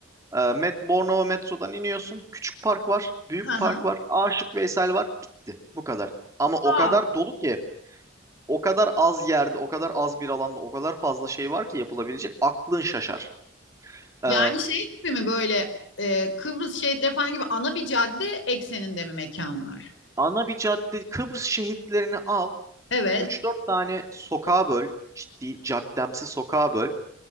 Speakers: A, on the right (about 15°); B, on the left (about 70°).
A: E, Met Bornova metrodan iniyorsun. Küçük park var, büyük
B: Hı hı.
A: park var, Aşık Veysel var. Bitti. Bu kadar. Ama o
B: Aa,
A: kadar dolu ki O kadar az yerde, o kadar az bir alanda, o kadar fazla şey var ki yapılabilecek. Aklın şaşar. Ee,
B: Yani şey gibi mi böyle e, Kıbrıs şehitleri falan gibi ana bir cadde ekseninde mi mekanlar?
A: ana bir cadde, Kıbrıs şehitlerini al.
B: Evet.
A: üç dört tane sokağa böl. Ciddi, caddemsi sokağa böl.